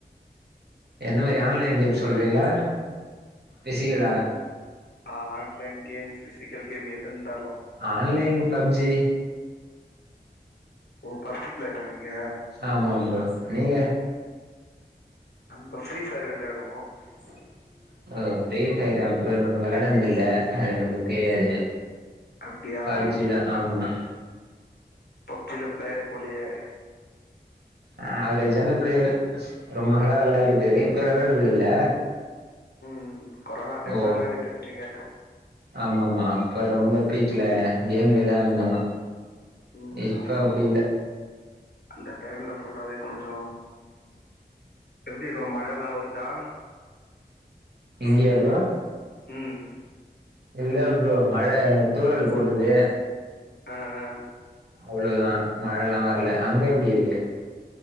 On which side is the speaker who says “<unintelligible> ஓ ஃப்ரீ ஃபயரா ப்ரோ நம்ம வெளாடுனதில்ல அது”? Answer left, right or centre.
Right